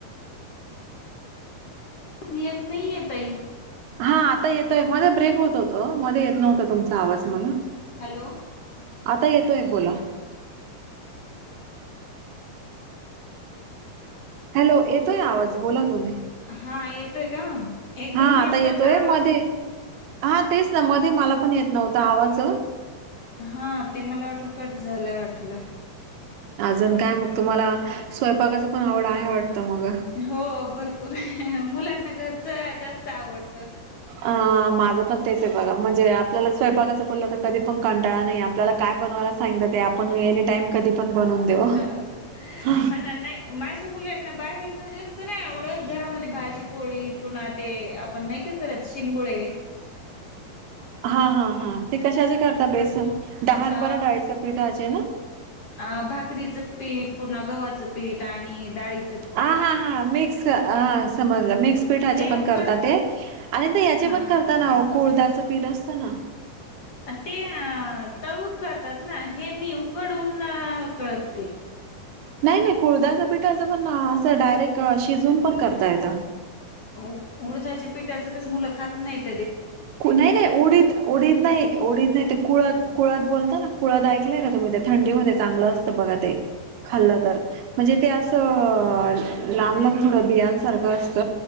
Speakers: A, on the left; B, on the right.
A: येत नाही य ताई.
B: हा आता येतोय मध्ये ब्रेक होत होतो. मध्ये येत नव्हता तुमचा आवाज मला,
A: हॅलो,
B: आता येतोय बोला. हॅलो, येतोय आवाज बोला तुम्ही.
A: हा येतोय का एकदम
B: हा
A: मला
B: आता येतोय
A: कट आवाज
B: मध्ये हा तेच ना मध्ये मला पण येत नव्हता. आवाज
A: हा ते मला वाटलं कट झालंय वाटलं.
B: जण काय मग तुम्हाला स्वयंपाकाचं पण आवड आहे वाटतं मग?
A: हो भरपूर मुलांना घरच जास्त आवडत.
B: अ माझं पण तेच आहे बघा म्हणजे आपल्याला स्वयपाकाचं बोललं तर कधी पण कंटाळा नाही आपल्याला काय बनवायला सांगितल. ते आपण एनी टाइम कधी पण बनवून देऊ
A: हा
B: हम्म
A: हा ना नाही माझे मुले बाहेरच जे असत ना एवढंच घरामध्ये भाजी पोळी पुन्हा ते आपण नाही का, करत शिंगोळे.
B: हा हा हा ते कशाचे करताात बेसन हरभरा
A: अ
B: डाळीचा पिठाचे ना.
A: अ भाकरीचं पीठ, पुन्हा गव्हाचं पीठ आणि डाळी,
B: हा हा हा मिक्स हा समजलं मिक्स पीठाचे
A: ते
B: पण
A: उकड
B: करतात ते आणि याचे
A: हा
B: पण करताना कुळदाच पीठ असतना.
A: ते तळून करतात ना. हे मी उकडून करते.
B: नाही नाही कुळद्याचा पिठा असं पण असं डायरेक्ट शिजून पण करता येत.
A: हो उडदाच्या पिठाचं कस मुलं खात नाहीत.
B: नाही नाही उडीद उडीद नाही उडीद नाही ते कुळात कुळत बोलता ना कुळद ऐकलंय का तुम्ही ते थंडी मध्ये चांगलं असतं बघा ते खाल्लं तर म्हणजे ते असं लांब लांब थोडं बियांसारखं असत